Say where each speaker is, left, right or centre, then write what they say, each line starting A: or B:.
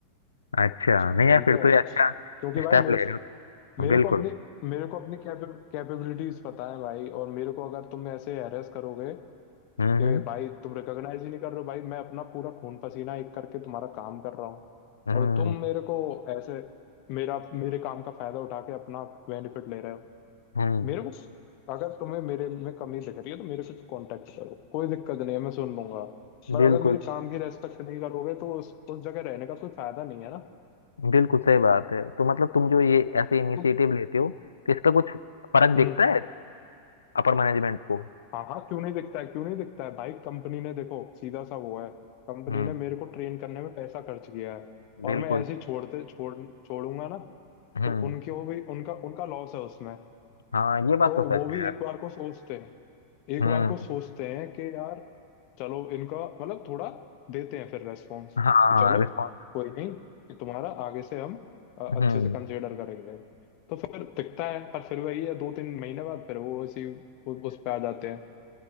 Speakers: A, on the left; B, on the left.
A: अच्छा नहीं
B: ठीक
A: यार फिर
B: है
A: तो ये अच्छा
B: क्योंकि भाई
A: स्टेप
B: मेरे
A: ले रहे हो
B: मेरे
A: बिल्कुल
B: को अपनी मेरे को अपनी कैपेबिलिटीज पता है भाई और मेरे को अगर तुम ऐसे हैरेस करोगे
A: हम्म
B: कि भाई तुम रिकॉग्नाइज ही नहीं कर रहे हो भाई मैं अपना पूरा खून पसीना एक करके तुम्हारा काम कर रहा हूँ
A: हम्म
B: और तुम मेरे को ऐसे मेरा मेरे काम का फायदा उठा के अपना बेनिफिट ले रहे हो
A: हम्म हम्म,
B: मेरे को अगर तुम्हें मेरे में कमी दिख रही है तो मेरे से कांटेक्ट करो कोई दिक्कत नहीं है मैं सुन लूंगा पर
A: बिल्कुल
B: अगर मेरे काम की रेस्पेक्ट नहीं करोगे तो उस उस जगह रहने का कोई फायदा नहीं है ना
A: बिल्कुल सही बात है तो मतलब तुम जो ये ऐसे इनिशिएटिव
B: तुम
A: लेते हो तो इसका कुछ फर्क दिखता
B: हम्म
A: है अपर मैनेजमेंट को
B: हाँ हाँ क्यों नहीं दिखता है क्यों नहीं दिखता है भाई कंपनी ने देखो सीधा सा वो है कंपनी
A: हम्म
B: ने मेरे को ट्रेन करने में पैसा खर्च किया है और
A: बिल्कुल
B: मैं ऐसे ही छोड़ते छोड़ छोड़ूंगा ना
A: हम्म
B: तो उनके वो भी उनका उनका लॉस है उसमें
A: हाँ ये बात
B: तो
A: तो सच
B: वो भी
A: है यार
B: एक बार को सोचते हैं एक
A: हम्म
B: बार को सोचते हैं कि यार चलो इनका मतलब थोड़ा देते हैं फिर रेस्पॉन्स
A: हाँ
B: कि
A: हाँ
B: चलो
A: रिस्पॉन्स
B: कोई नहीं कि तुम्हारा आगे से हम अ, अच्छे
A: हम्म
B: से कंसिडर करेंगे तो फिर दिखता है पर फिर वही है दो तीन महीने बाद फिर वो इसी उ- उस पे आ जाते हैं